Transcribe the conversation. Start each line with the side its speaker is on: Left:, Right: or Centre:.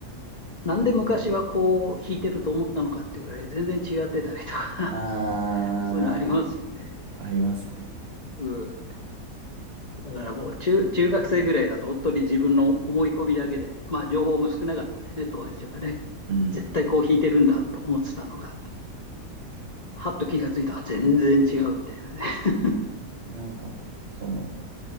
Left: なんで昔はこう弾いてると思ったのかっていうぐらい全然違ってたりとか
Right: あ
Left: <laughs> そういうのありますよね。
Right: あ、ありますね。
Left: うん。だからもう中、中学生ぐらいだと本当に自分の思い込みだけで、まあ情報も少なかったしね、当時はね。
Right: うん。
Left: 絶対こう弾いてるんだと思ってたのが、はっと気がついたら全然違うみたいなね。<laughs>
Right: なんか、その、